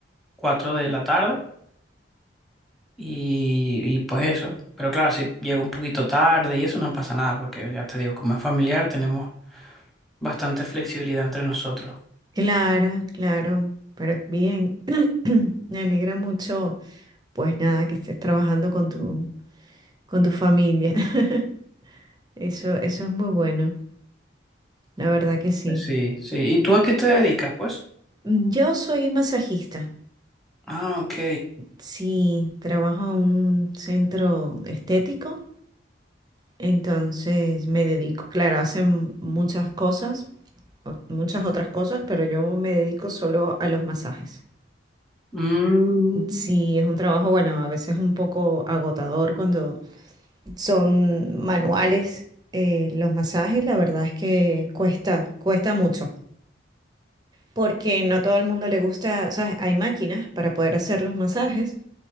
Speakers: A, in the centre; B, on the right.
A: cuatro de la tarde y, y pues eso. Pero claro, si llego un poquito tarde y eso no pasa nada porque ya te digo, como es familiar tenemos bastante flexibilidad entre nosotros.
B: Claro, claro, pero bien, <clears throat> me alegra mucho, pues nada, que estés trabajando con tu, con tu familia. <laughs> Eso, eso es muy bueno, la verdad que sí.
A: Sí, sí. ¿Y tú a qué te dedicas, pues?
B: Mm, Yo soy masajista,
A: Ah, ok.
B: sí, trabajo en un centro estético, entonces me dedico, claro, hacen muchas cosas, o- muchas otras cosas, pero yo me dedico solo a los masajes.
A: Mm,
B: Sí, es un trabajo, bueno, a veces un poco agotador cuando son manuales. eh, los masajes, la verdad es que cuesta, cuesta mucho, porque no todo el mundo le gusta, ¿sabes? Hay máquinas para poder hacer los masajes,